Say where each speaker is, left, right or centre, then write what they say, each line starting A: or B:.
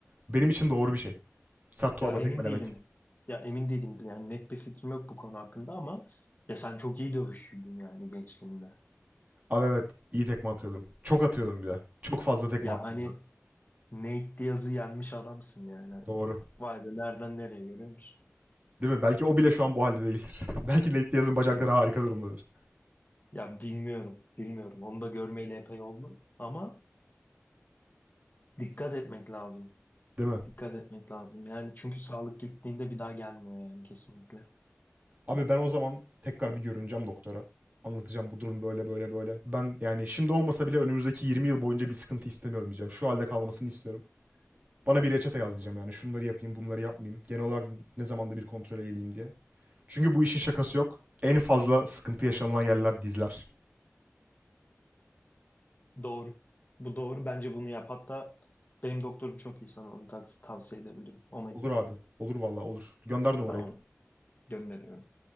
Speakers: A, on the right; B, on the left.
A: benim için doğru bir şey. Sert torba
B: Ya emin
A: tekmelemek.
B: değilim. Ya emin değilim. Yani net bir fikrim yok bu konu hakkında ama ya sen çok iyi dövüşçüydün yani gençliğinde.
A: Abi evet iyi tekme atıyordum. Çok atıyordum bir de. Çok fazla tekme
B: Ya
A: attım
B: hani
A: ya.
B: Nate Diaz'ı yenmiş adamsın yani hani.
A: Doğru.
B: Vay be nereden nereye görüyor musun?
A: Değil mi? Belki o bile şu an bu halde değildir. <laughs> Belki Nate Diaz'ın bacakları
B: Ya
A: harika durumdadır.
B: ya bilmiyorum, bilmiyorum. Onu da görmeyeli epey oldu ama dikkat etmek lazım.
A: Değil mi?
B: Dikkat etmek lazım. Yani çünkü sağlık gittiğinde bir daha gelmiyor yani kesinlikle.
A: Abi ben o zaman tekrar bir görüneceğim doktora. Anlatacağım bu durum böyle böyle böyle. Ben yani şimdi olmasa bile önümüzdeki 20 yıl boyunca bir sıkıntı istemiyorum diyeceğim. Şu halde kalmasını istiyorum. Bana bir reçete yaz diyeceğim yani. Şunları yapayım, bunları yapmayayım. Genel olarak ne zamanda bir kontrol edeyim diye. Çünkü bu işin şakası yok. En fazla sıkıntı yaşanılan yerler dizler.
B: Doğru. Bu doğru. Bence bunu yap. Hatta benim doktorum çok iyi sana onu tavs- tavsiye edebilirim. Ona
A: Olur
B: git.
A: abi. Olur vallahi olur. Gönder numarayı.
B: Tamam. Gönderiyorum.